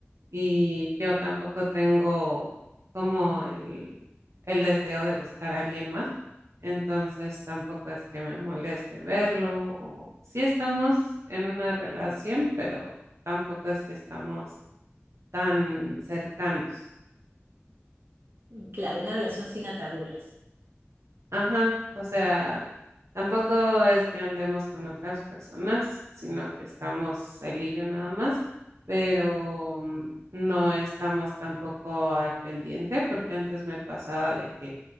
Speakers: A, on the right; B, on the right.
A: y yo tampoco tengo como el, el deseo de buscar a alguien más. Entonces tampoco es que me moleste verlo o sí estamos en una relación, pero tampoco es que estamos tan cercanos.
B: Claro, una relación sin ataduras.
A: Ajá, o sea, tampoco es que andemos con otras personas, sino que estamos él y yo nada más, pero mm, no estamos tampoco al pendiente porque antes me pasaba de que